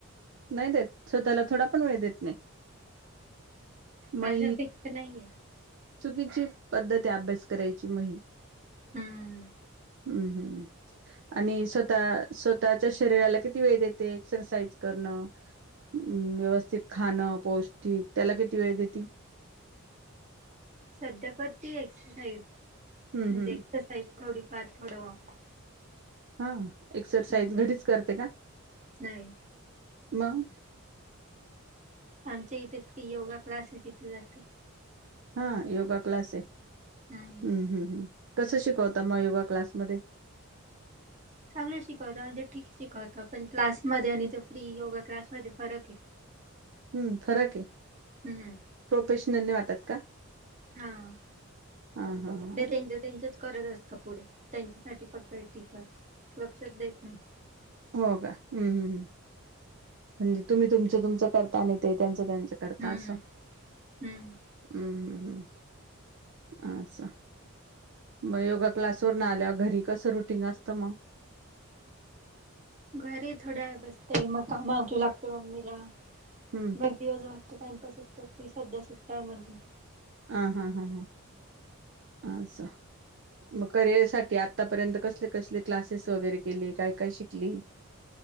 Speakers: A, on the right; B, on the right.
A: नाही देत, स्वतःला थोडा पण वेळ देत नई, मै
B: माझं फिक्स नाहीये.
A: चुकीची पद्धत ये, अभ्यास करायची म ही.
B: हम्म.
A: हम् ह् आणि स्वतः स्वतःच्या शरीराला किती वेळ देते? एक्सरसाइज करणं, मं व्यवस्थित खाणं पौष्टिक, त्याला किती वेळ देती?
B: सध्या कर ती एक्सरसाईज,
A: हम्म
B: म्हणजे
A: हम्म
B: एक्सरसाइज थोडीफार, थोडं वाक्
A: हां, एक्सरसाइज
B: हम्म
A: घरीच करते का?
B: नाही.
A: मग?
B: आमच्या इथे फ्री योगा क्लास ये, तिथे जाते.
A: हां योगा क्लास ये,
B: हम्म.
A: ह्म ह्म, कसं शिकवता म योगा क्लासमध्ये?
B: चांगलं शिकवता, म्हणजे ठीक शिकवता, पण क्लासमध्ये आणि ते फ्री योगा क्लासमध्ये फरक ये.
A: हम्म, फरक ये.
B: हम्म ह्म.
A: प्रोफेशनल नही वाटत का?
B: हां,
A: हा हा हा
B: ते त्यांचे त्यांच्याच करत असता पुढे, त्यांच्यासाठी फक्त हे ठीक च, लक्षच देत नाही.
A: हो का? ह्म हम्म, म्हणजे तुम्ही तुमचं तुमच करता आणि ते त्यांच त्यांच करता,
B: हम्म.
A: असं?
B: हम्म.
A: हम्म हम्म. आसं. म योगा क्लासवरून आल्यावर, घरी कसं रुटिंग असतं, मग?
B: घरी थोड्यावेळ बसते, म काम आवरु लागते, मम्मीला.
A: हम्म
B: मग दिवस भर त टाइमपासच करते, सध्या सुट्टा म्हणून
A: हा हा हा हा. अस. मग करिअर साठी आतापर्यंत कसले कसले क्लासेस वगैरे केले? काय काय शिकली?